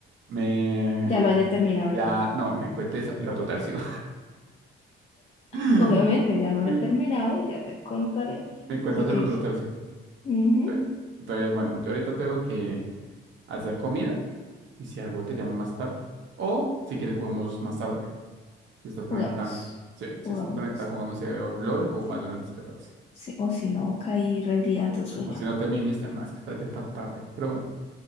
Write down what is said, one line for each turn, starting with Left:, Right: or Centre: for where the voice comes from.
Right: me...
Left: ya lo haya terminado.
Right: Ya,
Left: Yo te-
Right: no, me cuentes el otro tercio. <laughs>
Left: obviamente ya lo haré
Right: Me,
Left: terminado y ya te contaré,
Right: me cuentas
Left: porque
Right: el otro tercio.
Left: ujú,
Right: ¿vale? Entonces, bueno, yo ahorita tengo que hacer comida y si algo te llamo más tarde. O si quieres jugamos más tarde. Si estás conectada.
Left: jugamos,
Right: Sí, si
Left: jugamos.
Right: estás conectada jugamos eh, o LOL o
Left: Sí,
Right: Valorant, si te parece.
Left: sí, o si no, caí rendida ante el sueño.
Right: O si no te mimiste, no, es que está- ya está tarde. Pero bueno,